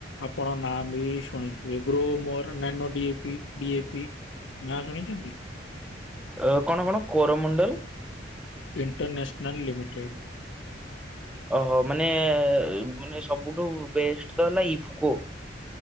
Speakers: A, on the left; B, in the centre.
A: ଆପଣ ନାଁ ବି ଶୁଣିଥିବେ ଗ୍ରୋ ମୋର ଡିଏପି ଡିଏପି। ନାଁ ଶୁଣିଚନ୍ତି।
B: ଅ କଣ କଣ କୋରମଣ୍ଡଲ?
A: ଇ ଣ୍ଟରନେସନାଲ୍ ଲିମିଟେଡ଼୍।
B: ଓହୋ ମାନେ ମାନେ ସବୁଠୁ ବେଷ୍ଟ ତ ହେଲା ଇକୋ।